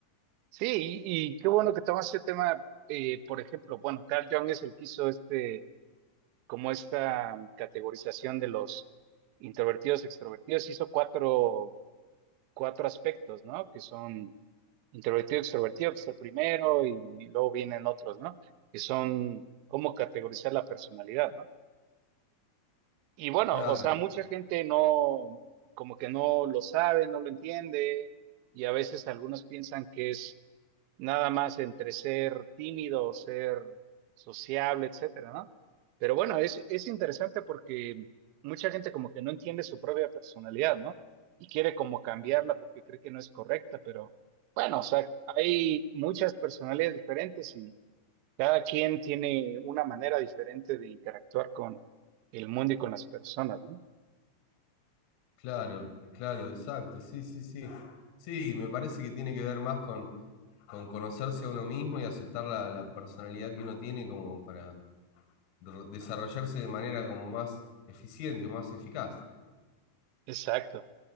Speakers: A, on the right (about 55°); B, on the left (about 50°).
A: Sí, y, y qué bueno que tomas ese tema. eh, por ejemplo, bueno, Carl Jung es el que hizo este como esta categorización de los introvertidos, extrovertidos, hizo cuatro, cuatro aspectos, ¿no? Que son introvertido, extrovertido, que es el primero, y, y luego vienen otros, ¿no? Que son cómo categorizar la personalidad, ¿no? Y bueno,
B: Claro,
A: o sea, mucha gente no, como que no lo sabe, no lo entiende, y a veces algunos piensan que es nada más entre ser tímido o ser sociable, etcétera, ¿no? Pero bueno, es, es interesante porque mucha gente como que no entiende su propia personalidad, ¿no? Y quiere como cambiarla porque cree que no es correcta, pero bueno, o sea, hay muchas personalidades diferentes y cada quien tiene una manera diferente de interactuar con el mundo y con las personas, ¿no?
B: Claro, claro, exacto, sí, sí, sí. Sí, me parece que tiene que ver más con, con conocerse a uno mismo y aceptar la, la personalidad que uno tiene como para de- desarrollarse de manera como más eficiente, más eficaz.
A: Exacto,